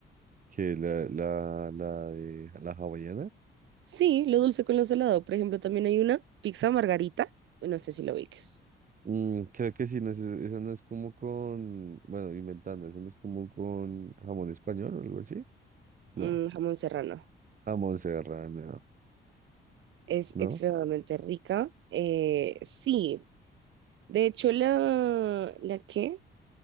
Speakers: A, on the right; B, on the right.
A: que la, la, la de la hawaiana,
B: Sí, lo dulce con lo salado. Por ejemplo, también hay una pizza margarita. No sé si lo ubiques.
A: Mm, creo que sí, no es, eso no es como con, bueno, inventando, eso no es como con jamón español o algo así. No,
B: Mm, jamón serrano.
A: A Serrano,
B: Es
A: ¿no?
B: extremadamente rica. Eh, sí, de hecho la, ¿la qué?